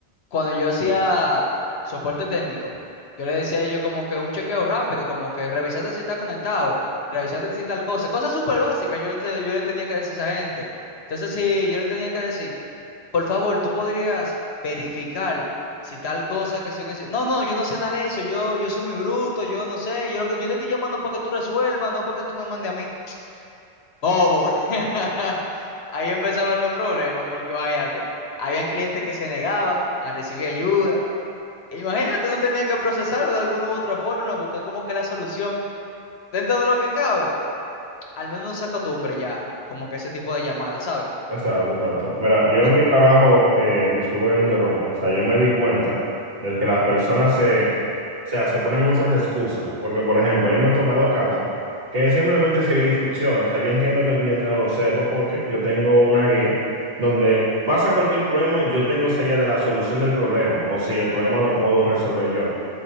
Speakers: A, on the left; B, on the right.
A: cuando yo hacía soporte técnico, yo le decía a ellos como que un chequeo rápido, como que revisate si estás conectado, revisate si tal cosa, cosas súper básicas, yo, le te- yo le tenía que decir a esa gente. Entonces, sí, yo le tenía que decir, por favor, tú podrías verificar si tal cosa que sí o que sí. No, no, yo no sé nada de eso, yo, yo soy muy bruto, yo no sé, yo, lo que, yo te estoy llamando para que tú resuelvas, no para que tú me mandes a mí. <tsk> Bobo. <laughs> Ahí empezaban los problemas, porque váyate, habían clientes que se negaban a recibir ayuda. Imagínate, no tenía que procesarlo de alguna u otra forma, buscar como que la solución dentro de lo que cabe. Al menos no se acostumbre ya, como que ese tipo de llamadas, ¿sabes?
B: Exacto, exacto. Mira, yo en
A: Un-
B: mi trabajo, eh, disculpa que te interrumpa, o sea, yo me di cuenta de que las personas se, o sea, se ponen muchas excusas, porque por ejemplo, a mí me han tocado casos que es simplemente seguir instrucciones, o sea, yo entiendo que el cliente no lo sepa porque yo tengo una guía donde pasa cualquier problema, yo tengo esa guía de la solución del problema, o si el problema lo puedo resolver yo.